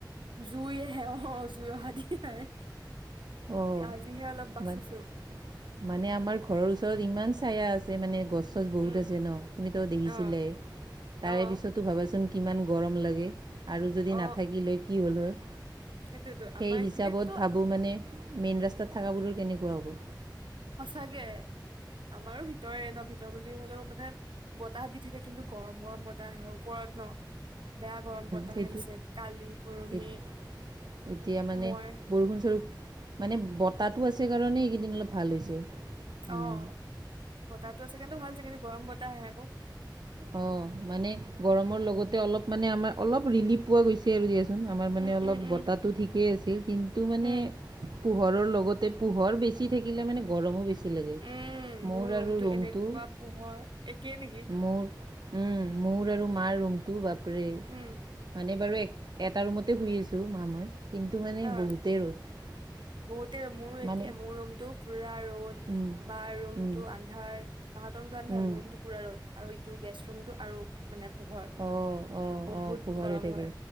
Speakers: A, on the right; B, on the right.
A: জুই আহে অহ, জুই অহা দি আহে।
B: অঁ
A: আজিহে অলপ বাচিছো।
B: মা- মানে আমাৰ ঘৰৰ ওচৰত ইমান ছায়া আছে মানে গছ চচ বহুত
A: উম
B: আছে ন' তুমিতো দেখিছিলায়ে।
A: অ
B: তাৰে
A: অ
B: পিছতো ভাবাচোন কিমান গৰম লাগে। আৰু যদি
A: অ
B: নাথাকিল হয় কি হ'ল হয়।
A: সেইটোয়েতো আমাৰ
B: সেই
A: এইখিনিতো
B: হিচাপত ভাবোঁ মানে। মেইন ৰাস্তাত থাকাবোৰৰ কেনেকুৱা হ'ব।
A: সঁচাকে, আমাৰো ভিতৰে ন' ভিতৰ বুলি হ'লেও মানে বতাহ দি থাকে। কিন্তু গৰম গৰম বতাহ আহে ওপৰত ন'। বেয়া গৰম বতাহ
B: সেইটো
A: আহিছে কালি, পৰহি।
B: এত- এতিয়া মানে
A: মই
B: বৰষুণ স্বৰূপ মানে বতাহটো আছে কাৰণে এইকেইদিন অলপ ভাল হৈছে। উম,
A: অ', বতাহটো আছে কিন্তু ভাল হৈছে, কিন্তু গৰম বতাহ আহে আকৌ।
B: অ', মানে গৰমৰ লগতে অলপ মানে আমাৰ অলপ ৰিলিপ পোৱা গৈছে। তেৰু দিয়াচোন আমাৰ মানে
A: উম
B: অলপ
A: উম উম
B: বটাহটো ঠিকেই আছে, কিন্তু মানে
A: উম
B: পোহৰৰ লগতে পোহৰ বেছি থাকিলে মানে গৰমো বেছি। কি লাগে?
A: উম
B: মোৰ আৰু ৰুমটো
A: এনেকুৱা পোহৰ একেই নেকি
B: মোৰ উম, মোৰ আৰু মাৰ ৰুমটো বাপৰে
A: উম
B: মানে বাৰু এক এটা ৰুমতে শুই আছোঁ। তো মা মই কিন্তু মানে
A: অ
B: বহুতে ৰ'দ।
A: বহুতে মোৰো
B: মানে
A: একে মোৰ ৰুমতটো পুৰা ৰ'দ।
B: উম,
A: বাৰ ৰুমটো
B: উম,
A: আন্ধাৰ, বাহতৰ ৰুমটো আন্ধাৰ
B: উম।
A: মোৰো তু পোৰা ৰ'দ আৰু এইটো গেষ্ট ৰুমটো আৰু মানে পোহৰ
B: অঁ অঁ
A: বহুত
B: অঁ পোহৰ
A: গৰম
B: হৈ থাকে
A: হয়,